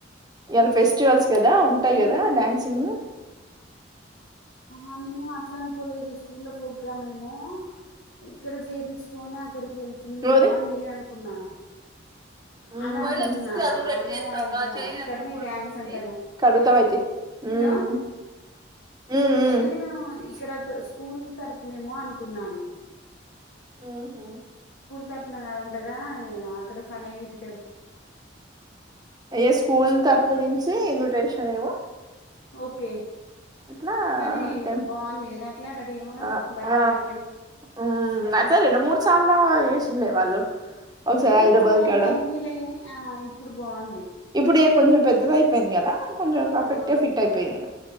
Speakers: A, on the right; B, on the left.
A: ఇయ్యాల ఫెస్ రిచువల్స్ కదా ఉంటాయి
B: నేను
A: కదా డ్యాన్సింగ్
B: ఆ నేను అట్ల అనుకోలేదు స్కు స్కూల్ ల ప్రోగ్రామ్ ఏమో ఇక్కడ చేపిచుకోనే అక్కడికి వెళ్తుందేమో
A: నువ్వది
B: అని నేను అనుకున్నా
A: <inaudible>
B: అలా అనుకున్నా అలా కాదంటగా అక్కడనే డ్యాన్స్ అంటగా హలో అయితే నేను ఇక్కడ స్కూల్ తరపునేమో అనుకున్నాను
A: ఉహు
B: తరణ కాదంటగా అక్కడ స్వర్ణగిరి
A: ఏ స్కూల్ తరపు నుంచి ఇన్విటేషన్ ఏమో
B: ఓకే
A: అట్లా
B: కానీ
A: టె
B: బాగుంది కదా అట్లా రెడీ అవ్వడం
A: ఆ
B: భరతనాట్యం
A: ఆ ఉం
B: స్టైల్
A: అట్లా రెండు మూడు సార్ల వేసిండే వాళ్ళు ఒకసారి
B: కానీ
A: హైదరాబాద్
B: అప్పుడు అంత
A: కాడ
B: అనిపియాలే గని ఆ ఇప్పుడు బ బాగుంది
A: ఇప్పుడు ఇగ కొంచెం పెద్దది అయిపోయింది కదా కొంచెం పర్ఫెక్ట్
B: ఆ
A: గా సెట్ అయిపోయింది